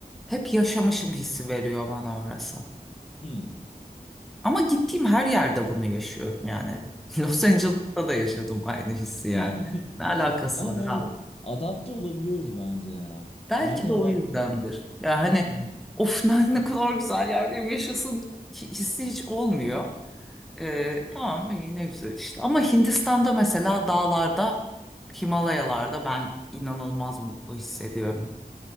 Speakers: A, in the centre; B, on the left.
A: hep yaşamışım hissi veriyor bana orası.
B: Hmm.
A: Ama gittiğim her yerde bunu yaşıyorum yani. <laughs> Los Angeles'ta da yaşadım aynı hissi yani.
B: <laughs>
A: Ne alakası
B: Ama
A: var
B: evet
A: abi?
B: adapte olabiliyoruz bence ya.
A: Belki
B: Bence
A: de
B: adapte
A: o yüzdendir.
B: ol.
A: Ya hani
B: Evet.
A: of <laughs> ne, ne
B: <laughs>
A: kadar güzel yerdeyim yaşasın hi- hissi hiç olmuyor. Ee, tamam iyi ne güzel işte. Ama Hindistan'da mesela dağlarda, Himalayalarda ben inanılmaz mutlu hissediyorum.